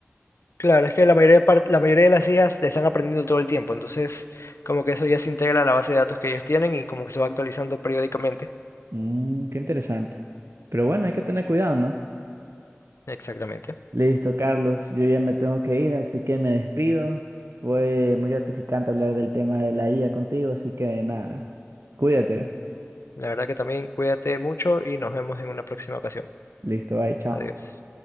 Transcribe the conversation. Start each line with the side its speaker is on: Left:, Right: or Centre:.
Left: Claro, es que la mayoría de par- la mayoría de las IAs te están aprendiendo todo el tiempo, entonces como que eso ya se integra a la base de datos que ellos tienen y como que se va actualizando periódicamente.
Right: Mm, qué interesante. Pero bueno, hay que tener cuidado, ¿no?
Left: Exactamente.
Right: Listo, Carlos, yo ya me tengo que ir, así que me despido. Fue muy gratificante hablar del tema de la IA contigo, así que nada, cuídate.
Left: La verdad que también cuídate mucho y nos vemos en una próxima ocasión.
Right: Listo, bye, chao.
Left: Adiós.